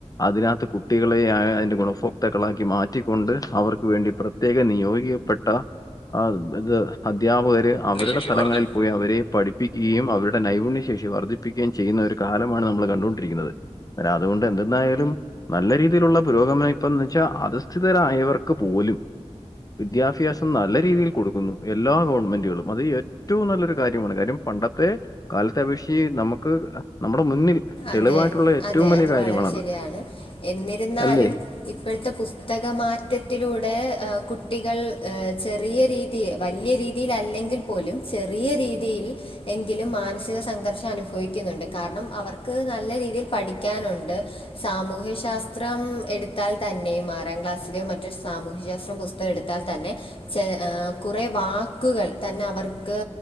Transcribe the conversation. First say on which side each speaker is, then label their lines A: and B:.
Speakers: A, on the left; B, on the left.
A: അതിനകത്ത് കുട്ടികളെ ആ അയിന്റെ ഗുണഭോക്താക്കളാക്കി മാറ്റിക്കൊണ്ട് അവർക്ക് വേണ്ടി പെറ് പ്രത്യേക നിയോഗിക്കപ്പെട്ട അ ഇത് അദ്ധ്യാപകര് അവരുടെ
B: ശേഷി
A: സ്ഥലങ്ങളിൽ
B: വർദ്ധിപ്പിക്കും
A: പോയി അവരെ പഠിപ്പിക്കേയും അവരുടെ നൈപുണ്യശേഷി വർദ്ധിപ്പിക്കുകയും ചെയ്യുന്ന ഒരു കാലമാണ് നമ്മള് കണ്ടുകൊണ്ടിരിക്കുന്നത് ര അതുകൊണ്ട് എന്ത്ന്നായാലും ലും നല്ല രീതിയിലുള്ള പുരോഗമനം ഇപ്പന്ന് വെച്ചാ അധസ്ഥിര ആയവർക്ക് പോലും വിദ്യാഭ്യാസം നല്ല രീതിയിൽ കൊടുക്കുന്നു എല്ലാ ഗവൺമെന്റുകളും അതേയ് ഏറ്റവും നല്ലൊരു കാര്യമാണ് കാര്യം പണ്ടത്തെ കാലത്തെ അപേക്ഷിച്ച് നമുക്ക് നമ്മുടെ മുന്നിൽ തെളിവായിട്ടുള്ള
B: അതെ
A: ഏറ്റവും
B: അതെ
A: വലിയ
B: അത്
A: കാര്യമാണത്.
B: വളരെ ശരിയാണ് എന്നിരുന്നാലും
A: അല്ലേ?
B: ഇപ്പഴത്തെ പുസ്തകമാറ്റത്തിലൂടെ കുട്ടികൾ ചെറിയ രീതി തി വലിയ രീതിൽ അല്ലെങ്കിൽ പോലും ചെറിയ രീതിയിൽ എങ്കിലും മാനസിക സംഘർഷം അനുഭവിക്കുന്നുണ്ട് കാരണം അവർ ക്ക് നല്ല രീതിയിൽ പഠിക്കാനുണ്ട് സാമൂഹ്യ ശാസ്ത്രം എടുത്താൽ തന്നെയും ആറാം ക്ലാസ്സിലെയോ മറ്റു സാമൂഹ്യസ്ത്രം പുസ് ത് എടുത്താൽ തന്നെ ചെ ആ കുറേ വാക്കുകൾ തന്നെ അവർക്ക്